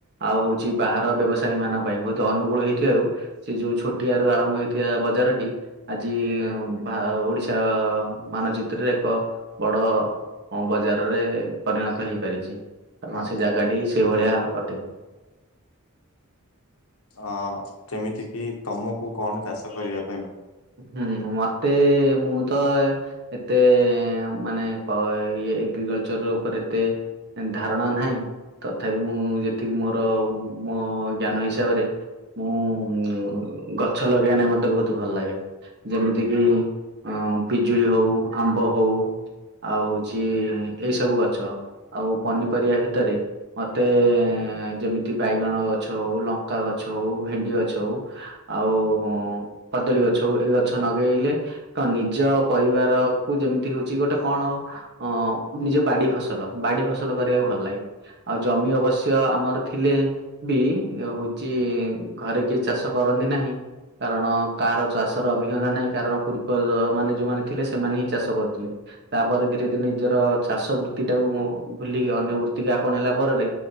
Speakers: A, on the right; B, on the left.
A: ଆଉ ହୋଉଛି ବାହା ବ୍ୟବସାୟୀମାନଙ୍କ ପାଇଁ ବହୁତ ଅନୁକୂଳ ହେଇଥିବାରୁ ସେ ଯୋଉ ଛୋଟିଆରୁ ଆରମ୍ଭ ହେଇଥିବା ବଜାରଟି ଆଜି ଜି ଆଉଁ ଭା ଓଡିଶା ମାନଚିତ୍ରରେ ଏକ ବଡ଼ ହଁ ବଜାରରେ ପରିଣତ ହେଇପାରିଛି। ଆମ
B: ହଁ
A: ସେ ଜାଗାଟି ସେଇ ଭଳିଆ ଅଟେ।
B: ଅ ଯେମିତି କିି ତମକୁ କଣ ଚାଷ କରିବାକୁ
A: ହୁଁ ମତେ ମୁଁ ତ ଏତେ ମାନେ ଇଏ ଏଗ୍ରିକଲ୍ଚର୍ ଉପରେ ଏତେ ଧାରଣା ନାହିଁ। ତଥାପି ମୁଁ ଯେତିକି ମୋର ମୋ ଜ୍ଞାନ ହିସାବରେ ମୁଁ ଗଛ ଲଗେଇବା ନେଇ ମତେ ବହୁତ ଭଲ ଲାଗେ। ଯେମିତି କିି ଅ ପିଜୁଳି ହଉ ଆମ୍ବ ହଉ ଆଉ ହଉଛି ଏଇ ସବୁ ଗଛ, ଆଉ ପନିପରିବା ଭିତରେ ମତେ ଯେମିତି ବାଇଗଣ ଗଛ ହଉ, ଲଙ୍କା ଗଛ ହଉ, ଭେଣ୍ଡି ଗଛ ହଉ ଆଉ କଦଳୀ ଗଛ ଗଛ ଏ ଗଛ ନଗେଇଲେ ତ ନିଜ ପରିବାରକୁ ଯେମିତି ହଉଛି ଗୋଟେ କଣ ଅ ନିଜ ବାଡି ଫସଲ ବାଡି ଫସଲ କରିବାକୁ ଭଲ ଲାଗେ, ଆଉ ଜମି ଅବଶ୍ୟ ଆମର ଥିଲେ ବି ହଉଛି ଘରେ କିଏ ଚାଷ କରନ୍ତି ନାହିଁ କାରଣ କାହାର ଚାଷର ଅଭିଜ୍ଞତା ନାହିଁ କାରଣ ପୂର୍ବମାନେ ଯୋଉମାନେ ଥିଲେ ସେମାନେ ହିଁ ଚାଷ କରୁଥିଲେ, ତାପରେ ଧୀରେ ଧୀରେ ନିଜର ଚାଷ ବୃତ୍ତିଟାକୁ ମୁ ଭୁଲିକି ଅନ୍ୟ ବୃତ୍ତିକୁ ଆପଣେଇଲା ପରରେ